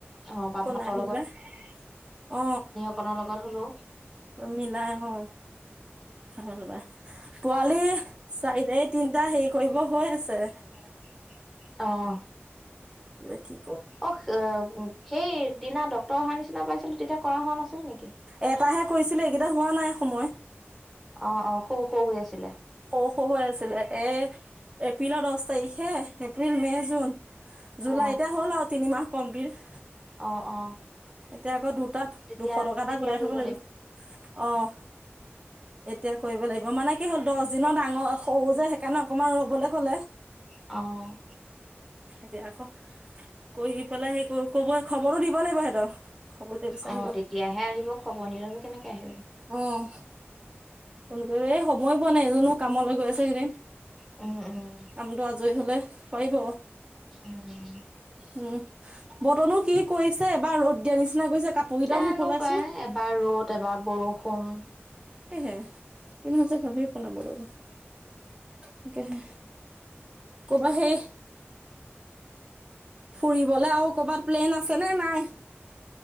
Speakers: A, in the centre; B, on the right.
A: অ বা
B: খুনাই
A: ভাতৰ
B: আনিলে অ,।
A: পনৰ লগত হ'লো
B: মিলাই অ,। হ'লবা পোৱালি চাৰিটা তিনটা হেৰি কৰিব হৈ আছে।
A: <unintelligible> অ'।
B: ৰকি
A: অ' সেই দিনা ডক্তৰৰ অহাৰ নিচিনা পাইছিলো তেতিয়া কৰা হোৱা নাছিল নেকি?
B: এটাহে কৰিছিলে, এইকেইটা হোৱা নাই সময়।
A: অ', অ' সৌ সৰু হৈ আছিলে।
B: সৰু-সৰু হৈ আছিলে এ, এপ্ৰিলৰ দহ তাৰিখে এপ্ৰিল, মে', জুন জুলাই
A: অ
B: এতিয়া হ'ল আৰু তিনিমাহ কমপ্লিট।
A: অ', অ'।
B: এতিয়া আকৌ দুটাত
A: তেতিয়া
B: দুশ টকা এটা
A: তেতিয়া
B: ঘূটাই
A: কৰিব
B: থ'ব লাগিব অ'। এতিয়া কৰিব লাগিব মানে কি হ'ল দহ দিনত ডাঙৰ সৰু যে সেইকাৰণে অকমান ৰবলৈ ক'লে।
A: অ'।
B: এতিয়া আকৌ কৈ পেলাই সেই কব খবৰো দিব লাগিব সিহঁতৰ। খবৰটো বিচাৰিব,
A: অ তেতিয়াহে আহিব খবৰ নিলেনো কেনেকে আহিব
B: অ'। ফোন কৰিব এই সময় পোৱা নাই এজনো কামলৈ গৈ আছে কেইদিন।
A: উম উম
B: কামটো আজৰি হলে কৰিব।
A: উম
B: উম, বতৰনো কি কৰিছে এবাৰ ৰ'দ দিয়া নিচিনা কৰিছে কাপোৰ কেইটাও
A: এনো
B: মোকোলাইছো
A: পাই এবাৰ ৰ'দ এবাৰ বৰষুণ।
B: সেয়েহে এনেতি ভাবি পোৱা নাই। তাকেহে কবা সেই ফুৰিবলে আৰু কৰ'বাত প্লেন আছে নে নাই?